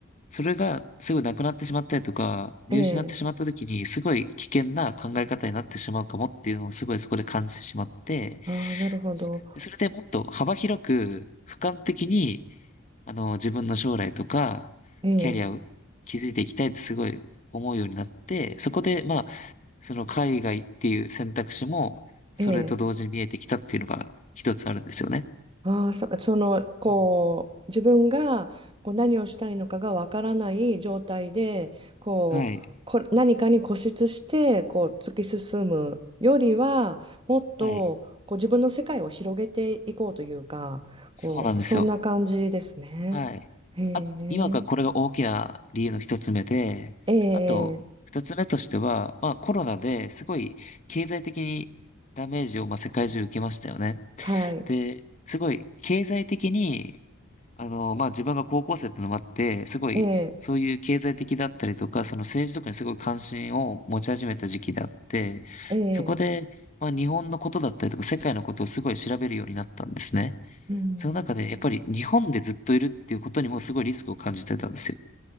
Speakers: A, on the left (about 35°); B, on the right (about 25°).
A: それがすぐなくなってしまったりとか、見失ってしまった時に、
B: え、ええ
A: すごい危険な考え方になってしまうかもっていうのをすごいそこで感じてしまって、
B: ああ、なるほど。
A: そそれでもっと幅広く、俯瞰的に、あの、自分の将来とか、
B: ええ、
A: キャリアを築いていきたいってすごい思うようになって、そこで、まあ、その海外っていう選択肢も、それと同時に見えてきたっていうのが一つあるんですよね。
B: ええ。ああ、そ、その、こう、
A: うん
B: 自分がこう何をしたいのかがわからない状態で、こう、
A: はい。
B: こ、何かに固執して、こう、突き進むよりは、もっと、
A: はい。
B: こう、自分の世界を広げていこうというか、こう、
A: そうなんですよ。
B: そんな感じですね。
A: はい。
B: へえ、
A: あ、今がこれが大きな理由の一つ目で、
B: ええ、
A: あと、
B: ええ
A: 二つ目としては、まあコロナですごい経済的にダメージをまあ世界中受けましたよね。
B: はい、
A: で、すごい経済的にあの、まあ、自分が高校生ってのもあって、すごい、
B: ええ、
A: そういう経済的だったりとか、その政治とかにすごい関心を持ち始めた時期であって、
B: ええ、
A: そこで、まあ、日本のことだったりとか、世界のことをすごい調べるようになったんですね。
B: うん。
A: その中で、やっぱり日本でずっといるっていうことにもすごいリスクを感じてたんですよ。